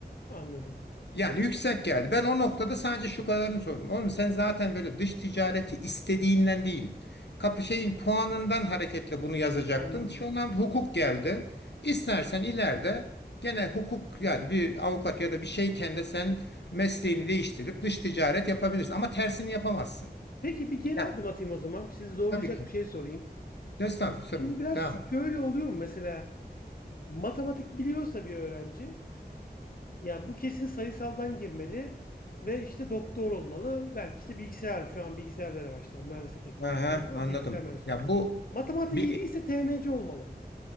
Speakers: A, on the left; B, on the left.
A: Anladım.
B: Yani yüksek geldi. Ben o noktada sadece şu kadarını sordum. Oğlum sen zaten böyle dış ticareti istediğinden değil. Kapı şeyin puanından hareketle bunu yazacaktın.
A: Anladım.
B: Şu an hukuk geldi. İstersen ileride gene hukuk yani bir avukat ya da bir şeyken de sen mesleğini değiştirip dış ticaret yapabilirsin. Ama tersini yapamazsın.
A: Peki bir geri
B: Yani
A: adım atayım o zaman. Sizi zorlayacak
B: tabii ki.
A: bir şey sorayım.
B: Estağfurullah. Estağfurullah.
A: Şimdi biraz
B: Devam et.
A: şöyle oluyor mu mesela matematik biliyorsa bir öğrenci Yani bu kesin sayısaldan girmeli ve işte doktor olmalı. Belki işte bilgisayar. Şu an bilgisayarlara başlar. Mühendislik bir tek bilgisayar
B: Aha,
A: var.
B: anladım.
A: Bilgisayar mühendisi
B: Ya
A: olmalı.
B: bu
A: Matematik
B: bir
A: iyi değilse TMC olmalı.